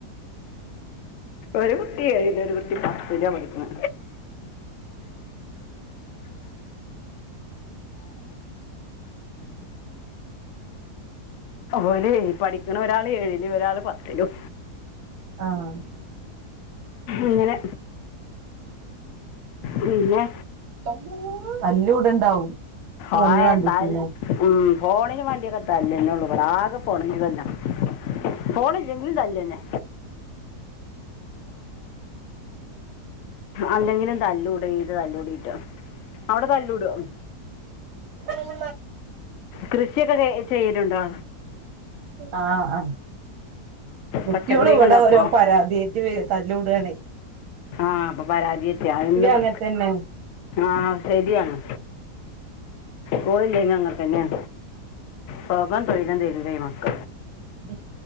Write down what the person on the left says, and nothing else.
ഒരു കുട്ടി ഏഴില്. ഒരു കുട്ടി പത്തിലാ പഠിക്കണെ. ഓലെ പഠിക്കണ ഒരാള് ഏഴിലും ഒരാള് പത്തിലും.
ഇങ്ങനെ പിന്നെ
ഓയെ
തൽ ഉം ഫോണിന് വേണ്ടിയൊക്കെത്താല്ലന്നെ ഉള്ളൂ. ഇവിടെ ആകെ ഫോണിന് തന്നാ ഫോണില്ലെങ്കിൽ തല്ലന്നേ അല്ലെങ്കിലും തല്ലൂടിയിട്ട് തല്ലൂടിയിട്ട് അവിടെ തല്ലൂടും
കൃഷിയൊക്കെ ചെ ചെയ്യലുണ്ടോ?
പച്ചക്കറിയൊക്കെ
ഉണ്ടാക്കുവോ
ആഹ് അപ്പൊ പരാതിയെത്തിയ ഇന്നപ്പോ
ആഹ് ശരിയാണ്. പോയില്ലയിനങ്ങത്തന്നെയാ സൊഗം തൊഴിലും തരില്ല ഈ മക്ക